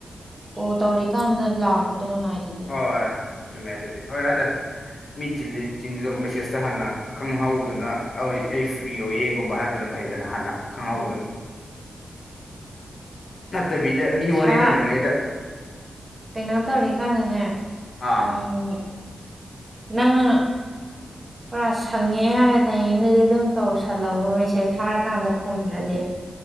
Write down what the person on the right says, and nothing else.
ꯀꯣꯜ ꯇꯧꯔꯤꯀꯥꯟꯗ ꯂꯥꯛꯄꯗꯣ ꯅꯨꯡꯉꯥꯏꯇꯦ
ꯎꯝ
ꯄꯩꯈꯥ
ꯀꯩꯅꯣ ꯇꯧꯔꯤꯀꯥꯟꯗꯅꯦ
ꯎꯝ ꯅꯪꯅ
ꯄꯨꯔꯥ ꯁꯪꯉꯦ ꯍꯥꯏꯕ ꯇꯥꯏꯃꯤꯡꯗꯨꯗꯤ ꯑꯗꯨꯝ ꯇꯧꯁꯜꯂꯛꯑꯣꯕ ꯃꯦꯁꯦꯁ ꯊꯥꯔꯀꯥꯟꯗ ꯈꯨꯝꯗ꯭ꯔꯗꯤ